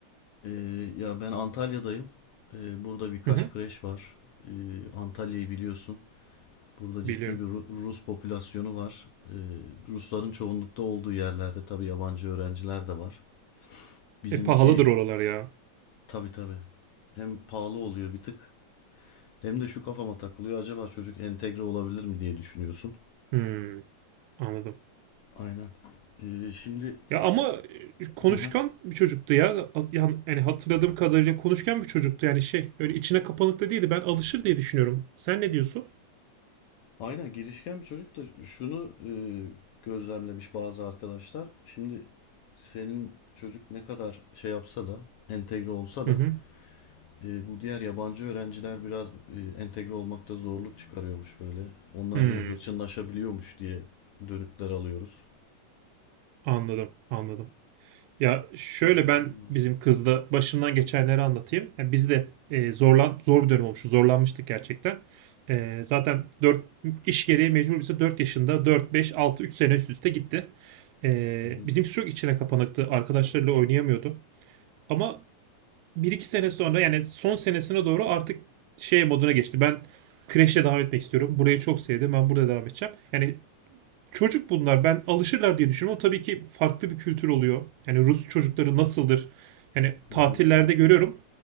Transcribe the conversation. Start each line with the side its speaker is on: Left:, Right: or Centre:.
Left: e, ya ben Antalya'dayım. E, burada birkaç
Right: Hı hı,
Left: kreş var. E, Antalya'yı biliyorsun. Burada ciddi
Right: biliyorum.
Left: bir Ru- Rus popülasyonu var. E, Rusların çoğunlukta olduğu yerlerde tabii yabancı öğrenciler de var. Bizimki
Right: E pahalıdır oralar ya.
Left: tabii tabii hem pahalı oluyor bir tık hem de şu kafama takılıyor acaba çocuk entegre olabilir mi diye düşünüyorsun.
Right: Hmm, anladım.
Left: Aynen. Ee, şimdi
Right: Ya ama e, konuşkan
Left: Hı hı.
Right: bir çocuktu ya. A- ya- Yani hatırladığım kadarıyla konuşkan bir çocuktu. Yani şey öyle içine kapanık da değildi. Ben alışır diye düşünüyorum. Sen ne diyorsun?
Left: aynen girişken bir çocuk da şunu e, gözlemlemiş bazı arkadaşlar. Şimdi senin çocuk ne kadar şey yapsa da entegre olsa
Right: Hı
Left: da
Right: hı.
Left: e, bu diğer yabancı öğrenciler biraz e, entegre olmakta zorluk çıkarıyormuş böyle. Onlar
Right: Hmm,
Left: böyle hırçınlaşabiliyormuş diye dönütler alıyoruz.
Right: anladım anladım. Ya şöyle
Left: Böyle bir
Right: ben
Left: durum var.
Right: bizim kızla başımdan geçenleri anlatayım. Ya biz de e, zorlan zor bir dönem olmuştu. Zorlanmıştık gerçekten. E, zaten 4 iş gereği mecbur bize 4 yaşında 4 5 6 3 sene üst üste gitti. E,
Left: Hı hı,
Right: bizimki çok içine kapanıktı. Arkadaşlarıyla oynayamıyordu. Ama bir iki sene sonra yani son senesine doğru artık şey moduna geçti. Ben kreşe devam etmek istiyorum. Burayı çok sevdim. Ben burada devam edeceğim. Yani Çocuk bunlar. Ben alışırlar diye düşünüyorum O tabii ki farklı bir kültür oluyor. Yani Rus çocukları nasıldır? Yani
Left: hı
Right: tatillerde
Left: hı.
Right: görüyorum.